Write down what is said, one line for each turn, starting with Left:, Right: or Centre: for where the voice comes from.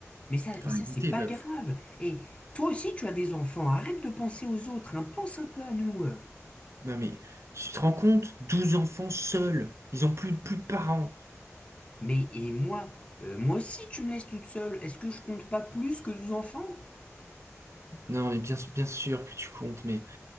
Left: Mais ça,
Right: Enfin,
Left: mais ça,
Right: il
Left: c'est
Right: était
Left: pas
Right: veuf.
Left: grave. Et toi aussi, tu as des enfants, arrête de penser aux autres, hein, pense un peu à nous. euh.
Right: Non mais tu te rends compte? douze enfants seuls. Ils ont plus, plus de parents.
Left: Mais, et moi, euh, moi aussi, tu me laisses toute seule, est-ce que je compte pas plus que 12 enfants?
Right: Non, mais bien, bien sûr que tu comptes, mais